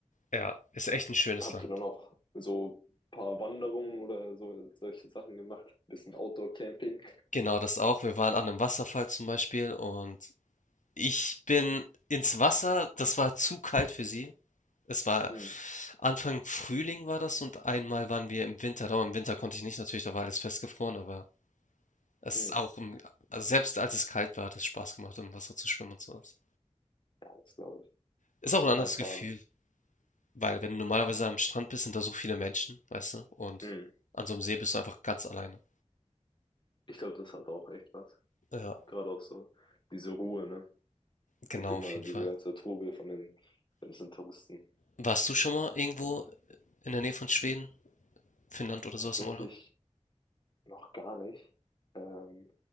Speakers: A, on the left (about 90°); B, on the left (about 40°).
A: ja, ist echt ein schönes
B: Habt
A: Land.
B: ihr dann auch so ein paar Wanderungen oder so solche Sachen gemacht? Bisschen Outdoor-Camping?
A: Genau, das auch. Wir waren an einem Wasserfall zum Beispiel und ich bin ins Wasser. Das war zu kalt für sie. Es war
B: Hm,
A: Anfang Frühling war das und einmal waren wir im Winter da. Im Winter konnte ich nicht natürlich, da war alles festgefroren, aber es
B: hm.
A: ist auch im also selbst als es kalt war, hat es Spaß gemacht, im Wasser zu schwimmen und so was.
B: Ja, das glaube ich.
A: Ist auch
B: Bisschen
A: ein anderes
B: Eisbaden.
A: Gefühl, weil wenn du normalerweise am Strand bist, sind da so viele Menschen, weißt du, und
B: Hm.
A: an so einem See bist du einfach ganz alleine.
B: Ich glaube, das hat auch echt was.
A: Ja,
B: Gerade auch so diese Ruhe, ne?
A: genau,
B: Nicht immer
A: auf jeden
B: diese
A: Fall.
B: ganze Trubel von den ganzen Touristen.
A: Warst du schon mal irgendwo in der Nähe von Schweden, Finnland oder sowas
B: Tatsächlich
A: im Urlaub?
B: noch gar nicht. Ähm,